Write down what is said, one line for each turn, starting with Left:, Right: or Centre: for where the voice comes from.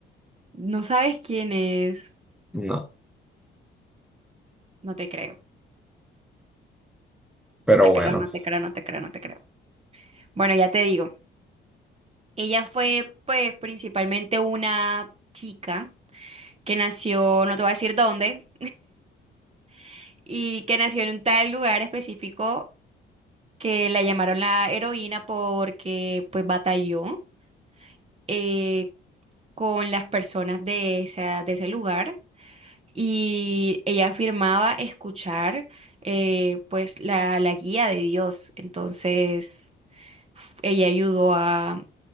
Right: no sabes quién es.
Centre: No,
Right: No te creo,
Centre: pero
Right: no te
Centre: bueno,
Right: creo, no te creo, no te creo, no te creo. Bueno, ya te digo, ella fue pues principalmente una chica que nació, no te voy a decir dónde, <laughs> y que nació en un tal lugar específico que la llamaron la heroína porque pues batalló. eh, con las personas de esa- de ese lugar y ella afirmaba escuchar eh, pues la, la guía de Dios. Entonces f- ella ayudó a